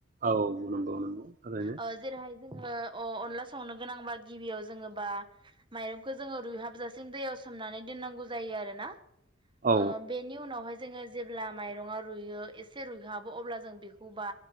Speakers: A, on the right (about 40°); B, on the right (about 25°).
A: औ नंगौ नंगौ थारैनो।
B: ओ जेरैहाय जोङो अ अनला संनो गोनांबा गिबियाव जोङोबा माइरंखौ जोङो रुइहाबजासिम दैयाव सोमनानै दोननांगौ जायो आरोना। ओ
A: औ
B: बेनि उनावहाय जोङो जेब्ला माइरङा रुइयो एस इसे रुइहाबो अब्ला जों बेखौबा